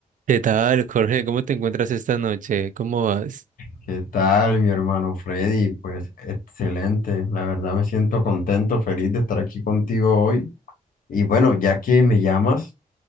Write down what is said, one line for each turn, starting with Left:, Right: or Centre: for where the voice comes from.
Right: ¿Qué tal, Jorge? ¿Cómo te encuentras esta noche? ¿Cómo vas?
Left: ¿Qué tal, mi hermano Freddy? Pues excelente, la verdad me siento contento, feliz de estar aquí contigo hoy. Y bueno, ya que me llamas,